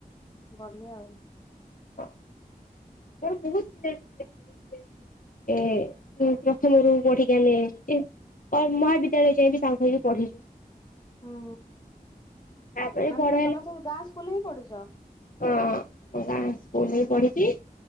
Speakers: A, on the left; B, on the left.
A: ବଢିଆ ଆଉ।
B: ହଁ। ମୋର ବହୁତ ପିଲା ଏମତି <inaudible> ଏ ମୁଁ ପ୍ରଥମରୁ ପଢିକି ଆମେ ଆସଚେ। ଅଏ ମହାବିଦ୍ୟାଳୟ ଯାଏ ବିି ସାଙ୍ଗ ହେଇକି ପଢିଚୁ।
A: ହୁଁ,
B: ତାପରେ
A: ମାନେ
B: ବଡ
A: ତ ତୋମେ ସେଇ ଗାଁ ସ୍କୁଲ୍ ରେ ହିଁ ପଢିଛ?
B: ହଁ ମୁଁ ଗାଁ ସ୍କୁଲ୍ ରେ ପଢିଚି।